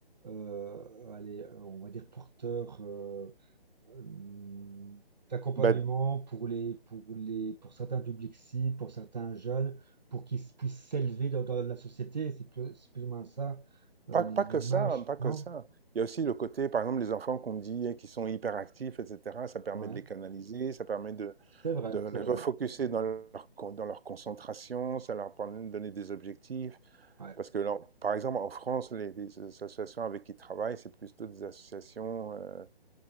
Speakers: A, on the right; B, on the right.
A: euh, allez, euh, on va dire porteur euh, euh, d'accompagnement
B: bah,
A: pour les, pour les, pour certains publics cibles, pour certains jeunes, pour qu'ils s- puissent s'élever dans, dans la société. C'est plus, c'est plus ou moins ça, euh,
B: pas,
A: l'image,
B: pas que ça, hein, pas que
A: non?
B: ça. Il y a aussi le côté, par exemple, les enfants qu'on dit eh, qui sont hyperactifs, etc., ça permet
A: Ouais,
B: de les canaliser, ça permet de,
A: c'est vrai,
B: de les
A: c'est vrai.
B: refocuser dans leur, con- dans leur concentration, ça leur permet de donner des objectifs.
A: Ouais,
B: Parce que, là, par exemple, en France, les, les associations avec qui ils travaillent, c'est plutôt des associations... euh,